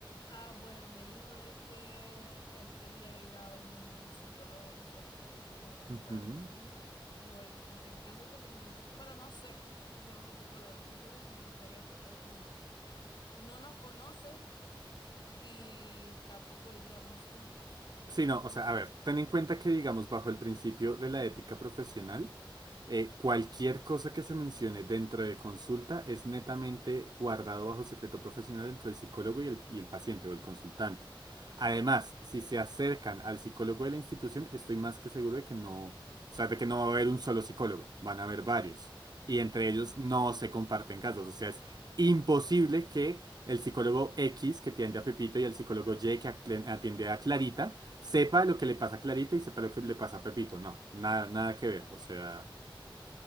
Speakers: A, on the left; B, on the right.
A: Ah, bueno, me dijo de que él quería ir a un psicólogo diferente, o sea, que no
B: Ujú.
A: fuéramos al mismo. Dijo él, aunque yo siento que, n- bueno, no sé, porque no soy psicóloga, pero yo siento que no afectaría porque es como, no nos conoce y tampoco iríamos juntos.
B: Sí, no,
A: Entonces,
B: o sea, a ver, ten en cuenta que, digamos, bajo el principio de la ética profesional, eh, cualquier cosa que se mencione dentro de consulta es netamente guardado bajo secreto profesional entre el psicólogo y el, y el paciente o el consultante. Además, si se acercan al psicólogo de la institución, estoy más que seguro de que no, o sea, de que no va a haber un solo psicólogo, van a haber varios. Y entre
A: ajá,
B: ellos no se comparten casos, o sea, es imposible que el psicólogo X que atiende a Pepito y el psicólogo Y que atlen- atiende a Clarita, sepa lo que le pasa a Clarita y sepa lo que le pasa a Pepito. No, nada, nada que ver. O sea,